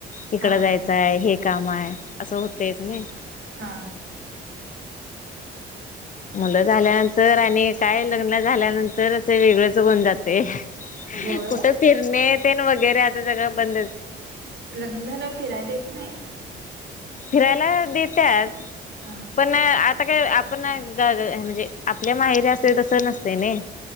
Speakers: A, on the left; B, on the right.
A: इकडं
B: हा.
A: जायचं य, हे काम हाय असं होतयच नाही.
B: हा.
A: मुलं झाल्यानंतर आणि काय लग्न झाल्यानंतरच वेगळच होऊन जाते.
B: होय
A: कुठं फिरणे तेन वगैरे अस सगळं बंदच.
B: लग्न झाल्यावर फिराय देत नाहीत?
A: फिरायला देत्यात.
B: हा.
A: पण आता काय आप नच अ म्हणजे आपल्या माहेरी असतंय तसं नसतयं नाही.